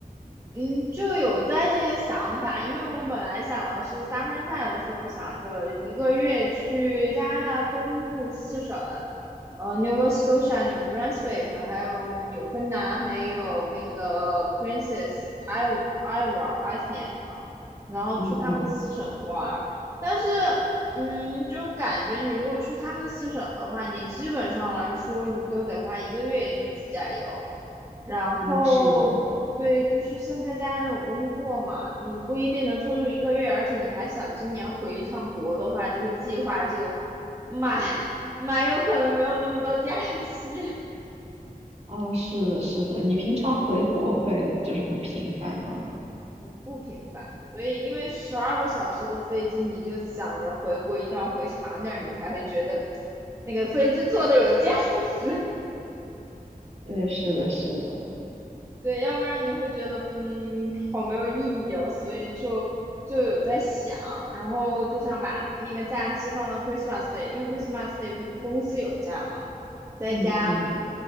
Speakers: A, on the right; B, on the right.
A: 嗯，就有在这个想法，因为我本来想的是 summer time 的时候，想着一个月去加拿大东部四省，呃，Nova Scotia、New Brunswick，还有纽芬兰，还有那个 Princess I- Isle、Iceland 嘛，然后去他们四省玩儿。
B: 嗯嗯，
A: 但是，嗯，就感觉你如果去他们四省的话，你基本上来说，你都得花一个月，因为自驾游。然后对，
B: 哦，是的，
A: 就是现在家人有工作嘛，你不一定能抽出一个月，而且你还想今年回一趟国的话，这个计划就蛮 <laughs> 蛮有可能没有那么多假期，
B: 哦，是的，是的。你平常回国会就是很频繁吗？
A: <laughs> 不不频繁。所以，因为十二个小时的飞机，你就想着回国一定要回长点儿，你才会觉得那个飞机坐的有价值。
B: 对，是的，是的。
A: 对，要不然你会觉得，嗯，好没有意义哦，所以就就有在想，然后就想把那个假期放到 Christmas Day，因为 Christmas Day 不是公司有假嘛，再加
B: 嗯嗯，